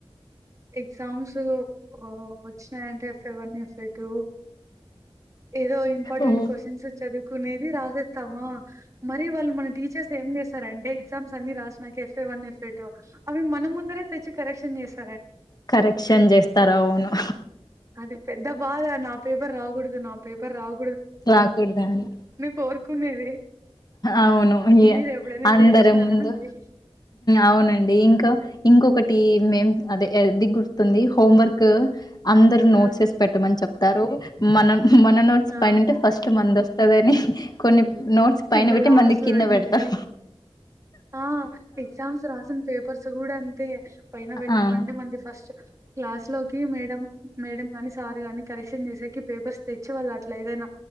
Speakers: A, on the right; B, on the left.
A: ఎగ్జామ్స్ ఆ వచ్చినాయంటే సెవెన్ ఎఫ్ఏ టూ ఏదో ఇంపార్టెంట్
B: ఓ
A: క్వశ్చన్స్ అచ్చేది కునేది రాసేస్తామా మరి వాళ్ళు మన టీచర్స్ ఏం చేస్తారంటే ఎగ్జామ్స్ అన్ని రాసిన ఎఫ్ఏ వన్, ఎఫ్ఏ టూ అవి మన ముందరే తెచ్చి కరెక్షన్ చేస్త
B: కరెక్షన్ చేస్తారావును
A: అది పెద్ద బాధ నా పేపర్ రాగుడదు నా రావు
B: రాకూడద అని
A: కోరుకునేది
B: అవును
A: మీరు ఎప్పుడైనా ఇట్లా
B: అందర
A: చేసినారా
B: ముందు
A: అండి
B: అవునండి ఇంకా ఇంకొకటి మేం అదే ఏది గుర్తుంది హోం వర్క్ అందరు నోట్సేసి
A: ఆ
B: పెట్టమని చెప్ తారు మనం మన
A: ఆ
B: పైనంటే ఫస్ట్ మన దస్తు దదని కొన్ని నోట్స్ పైన
A: కింద
B: పెట్టి
A: లాస్ట్
B: మంది కింద
A: లో పెట్టేది
B: పెడతాం.
A: ఆ ఎగ్జామ్స్ రాసిన పేపర్స్ చూడంతే పైన పెట్నాం
B: ఆ
A: అంటే మంది ఫస్ట్ క్లాస్ లోకి మేడం మేడం గాని, సారు గాని కరెక్షన్ చేసేకి పేపర్స్ తెచ్చేవాళ్ళు. అట్లా ఏదైనా